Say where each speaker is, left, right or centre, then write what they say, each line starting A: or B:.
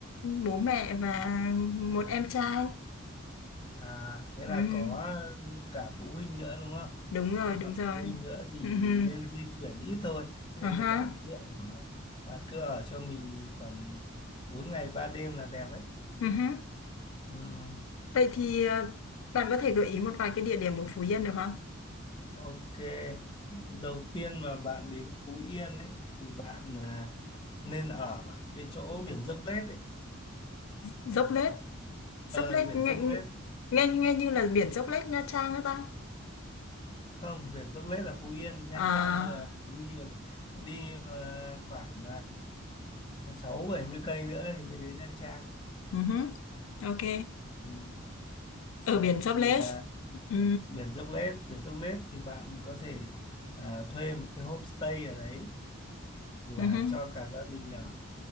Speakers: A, on the left; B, on the left.
A: bố mẹ và một em trai.
B: à thế
A: Ừ
B: là
A: hứ.
B: có cả phụ huynh nữa đúng không
A: Đúng rồi,
B: có
A: đúng
B: cả
A: rồi.
B: phụ huynh nữa thì
A: Ừ hứ.
B: nên di chuyển ít thôi thế
A: À
B: nên thì
A: ha.
B: bạn cứ ở bạn cứ ở cho mình khoảng 4 ngày 3 đêm là đẹp đấy
A: Ừ hứ.
B: Ừm,
A: Vậy thì à, bạn có thể gợi ý một vài cái địa điểm ở Phú Yên được không?
B: ok đầu tiên mà bạn đến Phú Yên ấy thì bạn à, nên ở cái chỗ biển Dốc Lết ấy
A: dốc lết dốc
B: ờ
A: lết
B: biển
A: nghe,
B: Dốc Lết
A: nghe nghe như là biển dốc lết Nha Trang ấy ta
B: không biển Dốc Lết là Phú Yên Nha
A: à
B: Trang là phải đi đi ờ, khoảng uh, sáu bảy mươi cây nữa thì mới đến Nha Trang
A: ừ hứ, ok
B: ừ.
A: ở
B: đấy
A: biển dốc
B: thì
A: lết
B: ờ,
A: ừ
B: biển Dốc Lết biển Dốc Lết thì bạn có thể ờ, thuê một cái homestay ở đấy là
A: ừ hứ,
B: cho cả gia đình ở